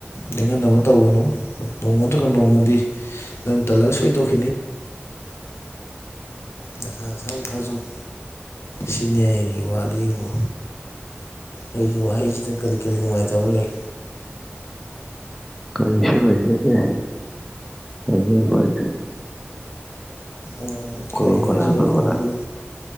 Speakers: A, on the left; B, in the centre.
A: ꯅꯤꯡꯍꯟꯅꯕ ꯇꯧꯒꯅꯨ ꯅꯣꯡꯃ ꯅꯠꯇ꯭ꯔꯒ ꯅꯣꯡꯃ ꯗꯨꯗꯤ ꯅꯪ ꯇꯜꯂꯒ ꯁꯣꯏ ꯇꯣꯛꯈꯤꯅꯤ ꯅꯁꯥ ꯅꯁꯥꯕꯨ ꯊꯥꯁꯎꯛ ꯁꯤꯅꯤꯉꯥꯏꯒꯤ ꯋꯥꯔꯤꯕꯨ ꯑꯩꯒꯤ ꯋꯥꯍꯩꯖꯤꯗ ꯀꯔꯤ-ꯀꯔꯤ ꯅꯨꯡꯉꯥꯏꯇꯕ ꯂꯩ
B: ꯀꯔꯤꯁꯨ ꯂꯩꯖꯗꯦ ꯍꯧꯖꯤ ꯍꯣꯏ
A: ꯎꯝ ꯈꯔꯤꯗꯔꯁꯤ
B: ꯀꯣꯗꯣ ꯀꯗꯥ
A: ꯂꯩꯔ
B: ꯀꯣꯗꯣ
A: ꯉꯥꯡꯕꯤꯌꯨ
B: ꯀꯗꯥ